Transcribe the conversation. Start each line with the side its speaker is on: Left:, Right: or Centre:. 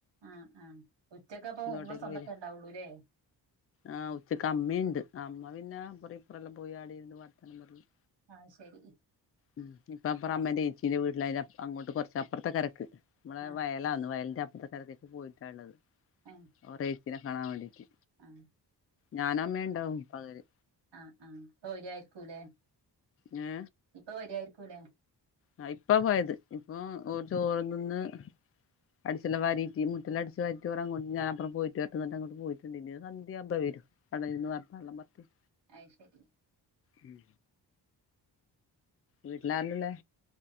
Right: ആഹ് ആഹ് ഉച്ചക്കഅപ്പോ
Left: ഇങ്ങോട്ടേക്ക്
Right: നിങ്ങൾ സ്വന്തക്കെ
Left: വരും
Right: ഉണ്ടാവുള്ളൂല്ലേ
Left: ആഹ് ഉച്ചക്ക് അമ്മിണ്ട് അമ്മ പിന്നെ അപ്പരെ ഇപ്പറല്ലാം പോയി ആടിയിന്ന് വർത്തനം പറയും
Right: ആഹ് ശെരി
Left: ഉം ഇപ്പ അപ്പറ അമ്മേന്റെ എച്ചീന്റെ വീട്ടിലായ അങ്ങോട്ട് കുറച്ചപ്പുറത്തെ കിരക്ക് നമ്മളെ
Right: ആഹ്
Left: വയലാന്നു വയലിന്റെ അപ്പറതരത്തേക്ക് പോയിട്ടാള്ളത്
Right: ആഹ്
Left: ഒരെ ഏച്ചിനെ കാണൻ വേണ്ടിട്ട്
Right: ആഹ്
Left: ഞാനഅമ്മണ്ടാവും പകല്
Right: ആഹ് ആഹ് ഇപ്പവെരിയരിക്കൂല്ലെ
Left: ഞ്ഞെ
Right: ഇപ്പ വെരുവായിരിക്കൂല്ലേ
Left: ആഹ് ഇപ്പാ പോയത് ഇപ്പോ ഒര് ചോറും തിന്ന് അടിച്ചൊം വരിയിട്ട് മുറ്റല്ലാം അടിച്ച് വരിട്ട്ഒരാങ്ങോണ്ട് ഞാപ്പറം പോയിട്ട് വേറെട്ടെന്ന് പറഞ്ഞിട്ട് അങ്ങോട്ട് പോയിട്ടുണ്ട് ഇനി സന്ധ്യ ആവുമ്പം വരും അടെയിരുന്ന് വർത്താനം എലാം പറഞ്ഞഇട്ട്
Right: ഐ ശെരി
Left: ഉം വീട്ടിരില്ലള്ളെ
Right: ഉം